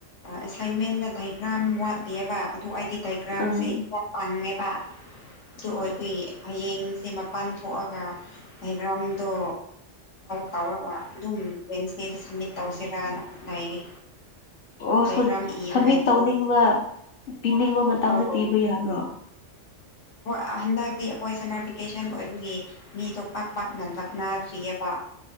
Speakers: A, on the left; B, on the left.
A: ꯑꯦꯁꯥꯏꯟꯃꯦꯟꯗ ꯗꯥꯏꯒ꯭ꯔꯥꯝ ꯋꯥꯠꯂꯤꯑꯕ ꯑꯗꯨ ꯍꯥꯏꯗꯤ ꯗꯥꯏꯒ꯭ꯔꯥꯝꯁꯦ
B: ꯑꯥ
A: ꯈꯔ ꯄꯪꯉꯦꯕ ꯑꯗꯨ ꯑꯣꯏꯕꯏ ꯍꯌꯦꯡꯁꯦ ꯃꯄꯥꯟ ꯊꯣꯛꯑꯒ ꯍꯩꯒ꯭ꯔꯥꯝꯗꯣ ꯇꯔꯒ ꯑꯗꯨꯝ ꯋꯦꯟꯁꯗꯦꯗ ꯁꯃꯤꯠ ꯇꯧꯁꯤꯔꯅ ꯂꯩꯔꯤ
B: ꯑꯣꯣ
A: ꯗꯥꯏꯒ꯭ꯔꯥꯝ ꯏꯕ
B: ꯁꯝꯃꯤꯠ
A: ꯍꯩꯇꯕꯒꯤ
B: ꯇꯧꯅꯤꯡꯕ ꯄꯤꯅꯤꯡꯕ ꯃꯇꯝꯗ
A: ꯑꯧ
B: ꯄꯤꯕ ꯌꯥꯕ꯭ꯔꯣ
A: ꯍꯣꯏ ꯍꯟꯗꯛꯇꯤ ꯑꯩꯈꯣꯏ ꯁꯝꯃꯔ ꯚꯦꯀꯦꯁꯟ ꯑꯣꯏꯕꯒꯤ ꯃꯤ ꯇꯣꯄ ꯄꯛꯅꯟ ꯄꯛꯅꯗ꯭ꯔꯤꯑꯕ